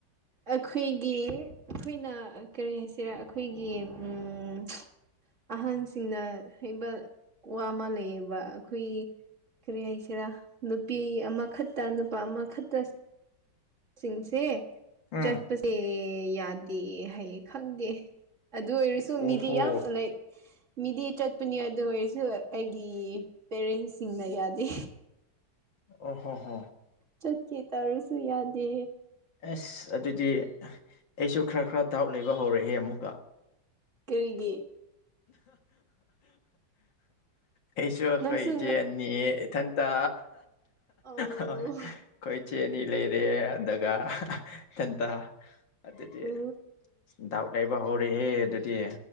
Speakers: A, on the right; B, on the left.
A: ꯑꯈꯣꯏꯒꯤ ꯑꯈꯣꯏꯅ ꯑ ꯀꯔꯤ ꯍꯥꯏꯁꯤꯔꯥ ꯑꯈꯣꯏꯒꯤ ꯎꯝ ꯑꯍꯟꯁꯤꯡꯅ ꯍꯩꯕ ꯋꯥ ꯑꯃ ꯂꯩꯌꯦꯕ ꯑꯈꯣꯏ ꯀꯔꯤ ꯍꯥꯏꯁꯤꯔꯥ ꯅꯨꯄꯤ ꯑꯃꯈꯠꯇ ꯅꯨꯄꯥ ꯑꯃꯈꯠꯇ ꯁꯤꯡꯁꯦ
B: ꯎꯝ
A: ꯆꯠꯄꯁꯦ ꯌꯥꯗꯦ ꯍꯥꯏꯌꯦ ꯈꯪꯗꯦ ꯑꯗꯨ ꯑꯣꯏꯔꯁꯨ
B: ꯑꯣꯍꯣ
A: ꯃꯤꯗꯤ ꯌꯥꯝ ꯂꯥꯏꯛ ꯃꯤꯗꯤ ꯆꯠꯄꯅꯤ ꯑꯗꯨ ꯑꯣꯏꯔꯁꯨ ꯑꯩꯒꯤ ꯄꯦꯔꯦꯟꯁꯁꯤꯡꯅ ꯌꯥꯗꯦ
B: ꯑꯣ ꯍꯣ ꯍꯣ
A: ꯆꯠꯀꯦ ꯇꯥꯔꯁꯨ ꯌꯥꯗꯦ
B: ꯑꯁ ꯑꯗꯨꯗꯤ ꯑꯩꯁꯨ ꯈꯔ ꯈꯔ ꯗꯥꯎꯠ ꯂꯩꯕ ꯍꯧꯔꯦꯍꯦ ꯑꯃꯨꯛꯀ
A: ꯀꯔꯤꯒꯤ
B: ꯑꯩꯁꯨ ꯑꯈꯣꯏ
A: ꯅꯪꯁꯨ
B: ꯏꯇꯦꯟꯅꯤ ꯏꯊꯟꯇ
A: ꯑꯧ
B: ꯍꯣꯏ ꯈꯣꯏ ꯆꯦ ꯆꯦꯅꯤ ꯂꯩꯔꯦ ꯑꯗꯒ ꯏꯊꯟꯇ ꯑꯗꯨꯗꯤ
A: ꯎ
B: ꯗꯥꯎꯠ ꯂꯩꯕ ꯍꯧꯔꯦꯍꯦ ꯑꯗꯨꯗꯤ